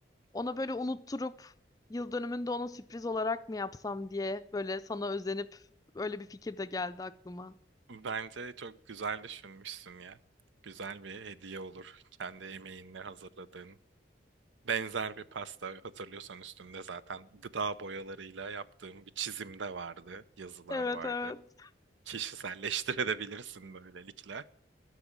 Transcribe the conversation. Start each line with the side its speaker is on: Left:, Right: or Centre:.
Left: Ona böyle unutturup yıl dönümünde ona sürpriz olarak mı yapsam diye böyle sana özenip öyle bir fikir de geldi aklıma.
Right: Bence çok güzel düşünmüşsün ya. Güzel bir hediye olur. Kendi emeğinle hazırladığın Benzer bir pasta hatırlıyorsan üstünde zaten gıda boyalarıyla yaptığım bir çizim de vardı, yazılar
Left: Evet
Right: vardı.
Left: evet.
Right: Kişiselleştirebilirsin böylelikle.